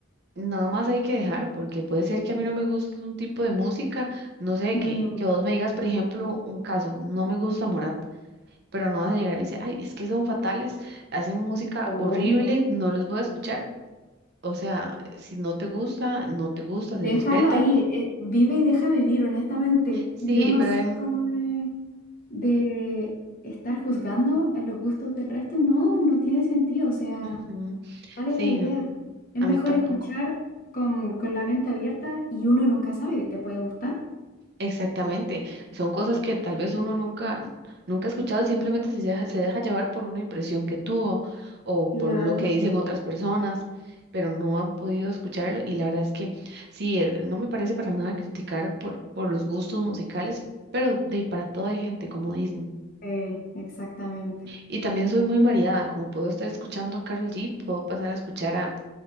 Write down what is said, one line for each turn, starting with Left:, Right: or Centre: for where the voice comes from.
Right: nada más hay que dejar, porque puede ser que a mí no me guste un tipo de música, no sé,
Left: mm,
Right: que, que vos me digas, por ejemplo, un caso, no me gusta Morat pero no vas a llegar y me dice, ay, es que son fatales, hacen música
Left: Obvio.
Right: horrible, no los voy a escuchar. O sea, si no te gusta, no te gusta,
Left: Déjalo
Right: se respeta.
Left: ahí, eh, vive y deja vivir, honestamente.
Right: Sí,
Left: Yo no
Right: pero
Left: soy
Right: hay-
Left: como de, de estar juzgando a los gustos del resto. No, no tiene sentido. O sea,
Right: ujú,
Left: ¿cuál
Right: sí,
Left: es la idea?
Right: no,
Left: Es
Right: a
Left: mejor
Right: mí tampoco.
Left: escuchar con, con la mente abierta y uno nunca sabe que te puede gustar.
Right: Exactamente, son cosas que tal vez uno nunca, nunca ha escuchado y simplemente se deja, se deja llevar por una impresión que tuvo o
Left: Claro.
Right: por lo que dicen otras personas, pero no han podido escucharlo y la verdad es que sí, eh, no me parece para nada criticar por, por los gustos musicales, pero de ahí para todo hay gente, como dicen.
Left: Eh, exactamente.
Right: Y también soy muy variada, como puedo estar escuchando a Karol G, puedo pasar a escuchar a